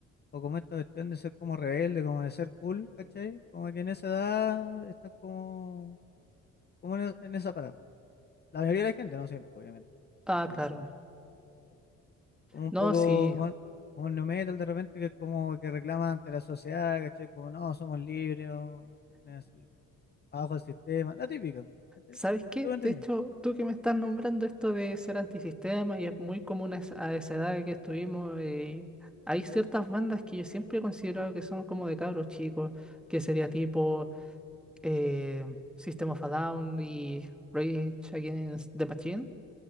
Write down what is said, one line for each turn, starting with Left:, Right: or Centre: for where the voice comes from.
Left: O como esta cuestión de ser como rebelde, como de ser cool, ¿cachai? Como que en esa edad están como como en, en esa parada. La mayoría de la gente, no siempre, obviamente.
Centre: Ah,
Left: pero como,
Centre: claro.
Left: como un
Centre: No,
Left: poco
Centre: sí,
Left: como, como el nu metal de repente, que es como que reclama ante la sociedad, ¿cachai? Como no, somos libres, o es así, bajo el sistema, la típica, ¿cachai?
Centre: ¿Sabes qué?
Left: ¿Tú me entendí?
Centre: De hecho, tú que me estás nombrando esto de ser antisistema y es muy común a esa a esa edad que estuvimos, eh, hay ciertas bandas que yo siempre he considerado que son como de cabros chicos, que sería tipo eh, System of a Down y Rage Against the Machine.